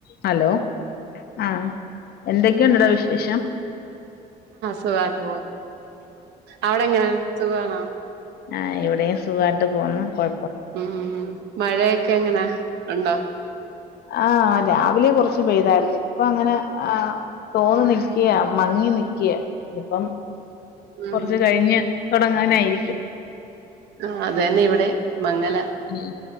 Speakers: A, on the left; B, on the right.
A: ഹലോ ആഹ് എന്തൊക്കെ ഉണ്ടടാ വിശേഷം
B: സ <unintelligible> വാട്ടോ അവിടെ എങ്ങനെ സുഖാണോ
A: ആ ഇവിടെയും സുഖായിട്ട് പോകുന്നു. കൊഴ
B: ഉം മഴയൊക്കെ എങ്ങനാ, ഉണ്ടോ?
A: ആ രാവിലെ കുറച്ച് പെയ്തായിരുന്നു. ഇപ്പൊ അങ്ങനെ ആ തോന്നുനിക്ക മങ്ങി നി ക്ക്യ, ഇപ്പം
B: ഉം
A: കുറച്ച് കഴിഞ്ഞ് തുടങ്ങാനായിരിക്കും.
B: ആ അതന്നെ ഇവിടെ മങ്ങലാ.
A: ഉം